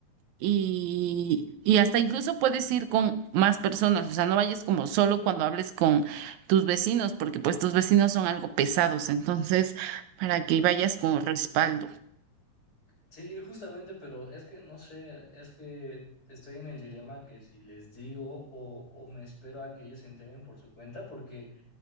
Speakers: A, on the right; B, on the left.
A: y, y hasta incluso puedes ir con más personas, o sea, no vayas como solo cuando hables con tus vecinos, porque pues tus vecinos son algo pesados, entonces para que vayas con respaldo.
B: Sí, justamente, pero es que no sé, es que estoy en el dilema que si les digo o, o me espero a que ellos se enteren por su cuenta, porque